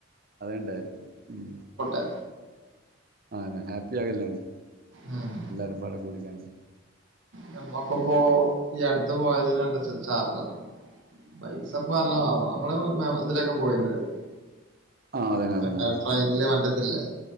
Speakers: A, on the right (about 45°); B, on the right (about 60°).
A: അതാണ്ടായത് ഉം
B: ഹപ്പാ
A: ആണ് ഹാപ്പിയാക്വല്ലാണ്ട്
B: ഉം.
A: എല്ലാരുംമ്പാടെ കൂടികാണ്ട്
B: ഞമ്മക്ക്പ്പോ ഈ അടുത്ത് പോയതിന് നല്ലാ ചാ ചാർജ്വന്ന് പൈസപ്പനല്ലതാ നമ്മള് മെ ഇതില‌ക്കെ പോയ്ട്ട്ണ്ടായ്
A: ആ അതന്നെ അതന്നെ
B: എന്താ ട്രെയിനില് മറ്റതില്ലേ